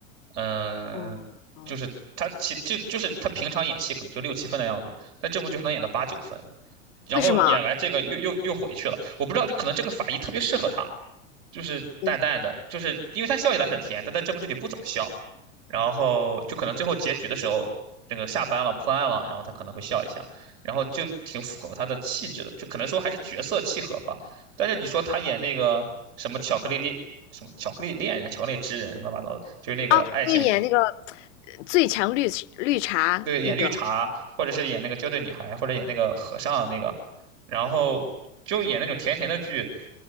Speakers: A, on the right; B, on the left.
A: 嗯，
B: 哦，
A: 就是他其就就是他平常演戏可能就六七分的样子，但这部剧可能演到八九分，然后演完这个又又又回去了。
B: 为什么？
A: 我不知道，就可能这个法医特别适合他，就是淡淡的，
B: 你
A: 就是因为它笑起来很甜，但在这部剧里不怎么笑，然后就可能最后结局的时候，那个下班了破案了，然后他可能会笑一下，然后就挺符合他的气质的，就可能说还是角色契合吧。但是你说他演那个什么巧克力恋什么巧克力恋人、巧克力之人什么乱七八糟的，就是那个爱情
B: 啊，那个演那个最强绿绿茶那个
A: 对，演绿茶，或者是演那个娇贵女孩，或者演那个和尚那个，然后就演那种甜甜的剧，